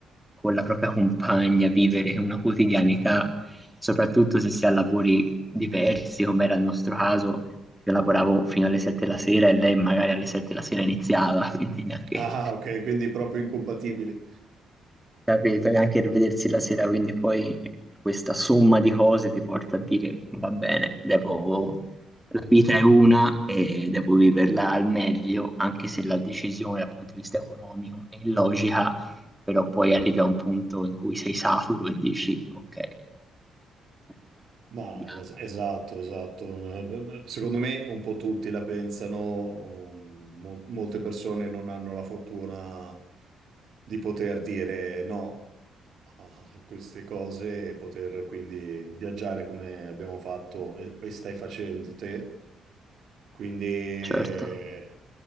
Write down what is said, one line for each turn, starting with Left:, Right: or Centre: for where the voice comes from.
Centre: con la propria compagna, vivere una quotidianità, soprattutto se si ha lavori diversi, come era il nostro caso. Io lavoravo fino alle 7 la sera e lei magari alle 7 la sera iniziava, <laughs> quindi neanche
Right: Ah, ok, quindi proprio incompatibili.
Centre: Capito, neanche rivedersi la sera, quindi poi questa somma di cose ti porta a dire va bene, devo, la vita è una e devo viverla al meglio, anche se la decisione dal punto di vista economico è illogica, però poi arrivi a un punto in cui sei saturo e dici ok, eh, vediamo,
Right: Ma
Centre: vediamo.
Right: es- esatto, esatto. Secondo me un po' tutti la pensano, um, mol- molte persone non hanno la fortuna di poter dire no a queste cose e poter quindi viaggiare come abbiamo fatto e, e stai facendo te. Quindi eh,
Centre: Certo.